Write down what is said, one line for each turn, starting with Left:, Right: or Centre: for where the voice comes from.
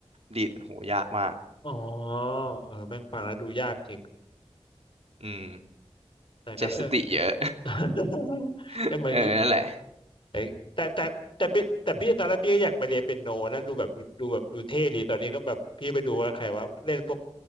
Right: ดีดโหยากมาก
Left: อ๋อเออแม่งฟังแล้วดูยากจริง
Right: อืม
Left: แต่ก็เออ
Right: ใช้สติเยอะ
Left: <laughs>
Right: <laughs>
Left: แต่เหมือนกี้
Right: เออนั่นแหละ
Left: เอ้ยแต่แต่แต่พี่แต่พี่ตอนแรกพี่ก็อยากไปเรียนเปียโนนะดูแบบดูแบบดูเท่ดีตอนนี้ก็แบบพี่ไปดูว่าใครว่าเล่นพวก